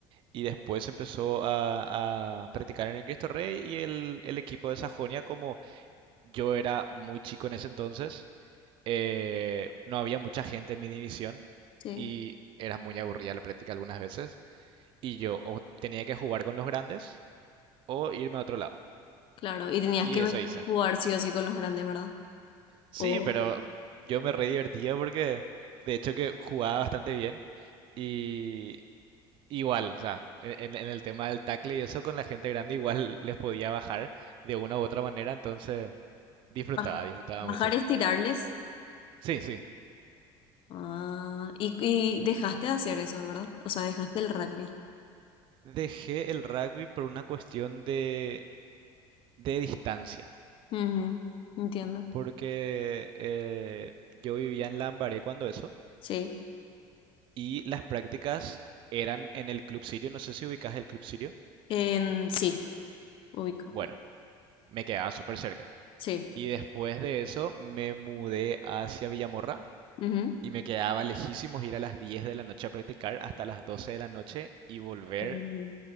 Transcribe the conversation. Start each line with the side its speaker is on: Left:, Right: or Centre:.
Right: y después empezó a, a practicar en el Cristo Rey y el, el equipo de Sajonia, como yo era muy chico en ese entonces, eh, no había mucha gente en mi división
Left: Sí,
Right: y era muy aburrida la práctica algunas veces, y yo o tenía que jugar con los grandes o irme a otro lado,
Left: claro. Y tenías
Right: y
Left: que
Right: eso
Left: ver-
Right: hice.
Left: jugar sí o sí con los grandes, ¿verdad?
Right: Sí,
Left: O
Right: pero yo me re divertía porque de hecho que jugaba bastante bien. Y, Igual, o sea, en, en- en el tema del tackle y eso con la gente grande igual les podía bajar de una u otra manera, entonces disfrutaba,
Left: ba-
Right: disfrutaba
Left: bajar,
Right: mucho.
Left: estirarles.
Right: Sí, sí.
Left: Ah, y, y dejaste de hacer eso, ¿verdad? O sea, dejaste el rugby.
Right: Dejé el rugby por una cuestión de, de distancia,
Left: Ujú, entiendo.
Right: porque eh, yo vivía en Lambaré cuando eso,
Left: Sí.
Right: y las prácticas eran en el Club Sirio, no sé si ubicas el Club Sirio.
Left: En, sí, ubico.
Right: Bueno, me quedaba súper cerca.
Left: Sí.
Right: Y después de eso me mudé hacia Villamorra
Left: ujú.
Right: Y me quedaba lejísimos ir a las 10 de la noche a practicar hasta las 12 de la noche y volver,
Left: Em,